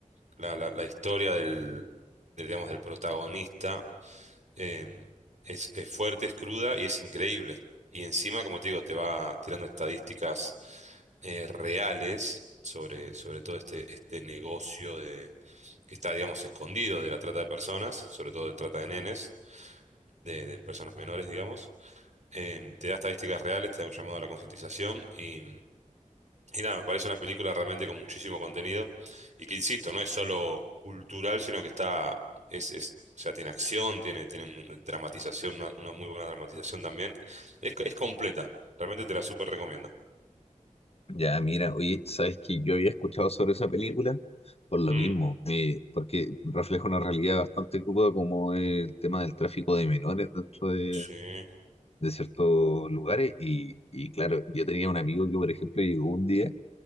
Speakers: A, on the right (about 60°); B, on the left (about 50°).
A: La, la, la historia del, del, digamos, del protagonista eh, es, es fuerte, es cruda y es increíble. Y encima, como te digo, te va tirando estadísticas eh, reales sobre, sobre todo este, este negocio de, que está, digamos, escondido de la trata de personas, sobre todo de trata de nenes, de de personas menores, digamos em, te da estadísticas reales, te da un llamado a la concientización y, y nada, me parece una película realmente con muchísimo contenido y que, insisto, no es solo cultural, sino que está, es, es, o sea, tiene acción, tiene, tiene una dramatización, una, una muy buena dramatización también. Es, es completa, realmente te la súper recomiendo.
B: ya, mira, oye, sabes que yo había escuchado sobre esa película por lo
A: Mm,
B: mismo, eh, porque refleja una realidad bastante cruda como el tema del tráfico de menores dentro de,
A: sí.
B: de ciertos lugares. Y, y claro, yo tenía un amigo que, por ejemplo, llegó un día